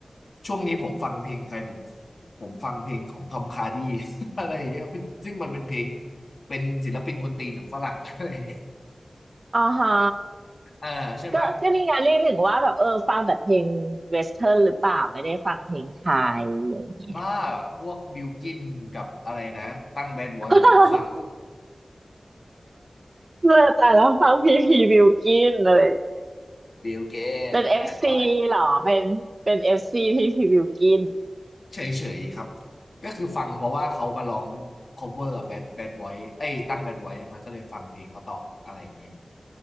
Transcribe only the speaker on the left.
ช่วงนี้ผมฟังเพลงใครผมผมฟังเพลงของทอมคาร์ดี้ <laughs> อะไรอย่างเงี้ยเป็นซึ่งมันเป็นเพลงเป็นศิลปินกวนตีนของฝรั่ง <laughs> อะไรอย่างเงี้ย
อ่าใช่ไหม
บ้าพวกบิลกินกับอะไรนะตั้งแบดบอยผมก็ฟัง
บิลกินแบดบอย
เฉยๆครับก็คือฟังเพราะว่าเขามาร้อง cover กับ Bad Bad Boy เอ้ยตั้ง Bad Boy มาก็เลยฟังเพลงเขาต่ออะไรอย่างงี้